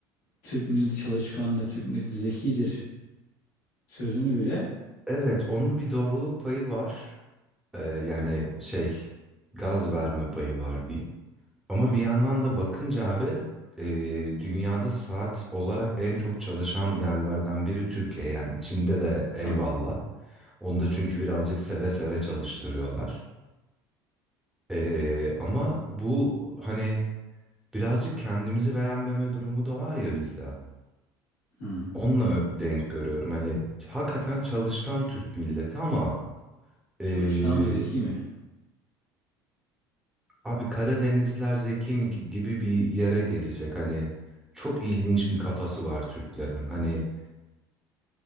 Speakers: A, on the left; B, in the centre.
A: Türk milleti çalışkandır, Türk milleti zekidir sözünü bile
B: Evet, onun bir doğruluk payı var. Ee, yani şey, gaz verme payı var diyeyim. Ama bir yandan da bakınca abi e, dünyada saat olarak en çok çalışan yerlerden biri Türkiye. Yani Çin'de de eyvallah.
A: tamam.
B: Onda çünkü birazcık seve seve çalıştırıyorlar. E, ama bu hani birazcık kendimizi beğenmeme durumu da var ya bizde.
A: Hı.
B: Onunla ö- denk görüyorum. Hani hakikaten çalışkan Türk milleti ama e,
A: Çalışkan ama zeki mi?
B: abi Karadenizler zeki mi gi- gibi bir yere gelecek. Hani çok ilginç bir kafası var Türklerin. Hani